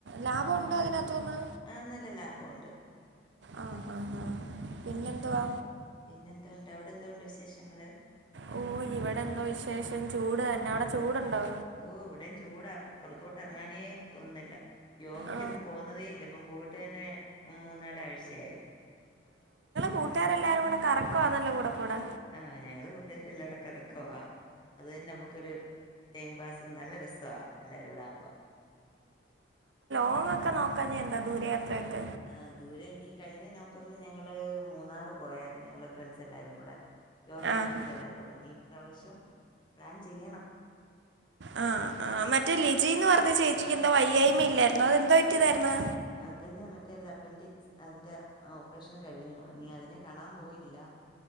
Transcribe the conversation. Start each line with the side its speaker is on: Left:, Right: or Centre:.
Right: ലാഭം ഒണ്ടോ അതിനത്തൂന്ന്.
Left: ആഹ നല്ല ലാഭം ഒണ്ട്.
Right: ആഹഹാ ആ പിന്നെന്തുവാ.
Left: പിന്നെന്തോണ്ട് അവിടെ എന്തോണ്ട് വിശേഷങ്ങള്.
Right: ഓ ഇവിടെ എന്തോ വിശേഷം ചൂട് തന്നെ. അവിടെ ചൂടുണ്ടോ?
Left: ഓ ഇവിടയും ചൂടാ പുറത്തോട്ട് ഇറങ്ങാനേ തോന്നുന്നില്ല. യോഗക്കൊന്നും
Right: ആ
Left: പോകുന്നതേ ഇല്ല. ഇപ്പം പോയിട്ട് തന്നെ മും മൂന്നാലാഴ്ചയായി.
Right: കൂട്ടുകാരെല്ലാരും കൂടെ കറക്കവാണല്ലേ കൂടെ കൂടെ.
Left: ആഹ ഞങ്ങള് കൂട്ടുകാരെല്ലാം കൂടെ കറക്കവാ. അത് തന്നെ നമ്മുക്കൊരു ടൈം പാസ്, നല്ല രസവാ എല്ലാരുടെ ആകുമ്പോ.
Right: <unintelligible> നോക്കാഞ്ഞെ എന്താ ദൂരയാത്രയൊക്കെ.
Left: ആ ദൂരെ ഇനി കഴിഞ്ഞ നവംബറില് ഞങ്ങള് മൂന്നാറ് പോയായിരുന്നു. ഞങ്ങള് ഫ്രണ്ട്സ് എല്ലാരും കൂടെ യോഗ
Right: ആഹാ.
Left: ഫ്രണ്ട്സ് എല്ലാരൂടെ നീ- പ്രാവശ്യം പ്ലാൻ ചെയ്യണം.
Right: ആ ആ മറ്റേ ലിജീന്ന് പറഞ്ഞ ചേച്ചിക്ക് എന്തോ വയ്യായ്മ ഇല്ലായിരുന്നോ അത് എന്തോ പറ്റിയതായിര്ന്നു
Left: അതിന് മറ്റേ ല അപ്പൻഡിക്സ് അതിന്റെ ഓപ്പറേഷൻ കഴിഞ്ഞു. ഇനി അതിനെ കാണാൻ പോയില്ല